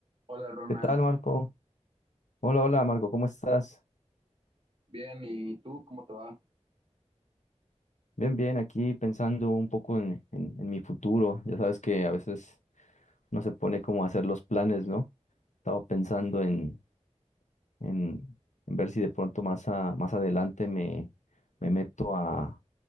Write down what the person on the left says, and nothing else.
¿Qué tal, Marco? Hola, hola, Marco, ¿cómo estás?
Bien, bien, aquí pensando un poco en, en- en mi futuro. Ya sabes que a veces no se pone como a hacer los planes, ¿no? Estaba pensando en, en, en ver si de pronto más, a- más adelante me, me meto a,